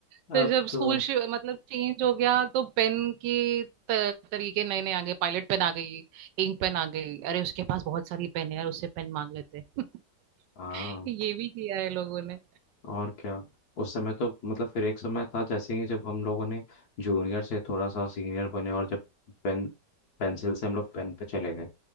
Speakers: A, on the left (about 65°); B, on the right (about 85°).
A: अब
B: फिर जब
A: तो
B: स्कूल शि- मतलब चेंज हो गया तो पेन की त- तरीके नए नए आ गए पायलट पेन आ गई इंक पेन आ गई अरे उसके पास बहुत सारी पेन है यार उससे पेन मांग लेते हैं।
A: हाँ
B: <laughs> ये भी किया है लोगों ने
A: और क्या उस समय तो मतलब फिर एक समय था जैसे ही जब हम लोगों ने जूनियर से थोड़ा सा सीनियर बने और जब पेन पेंसिल से हम लोग पेन पे चले गए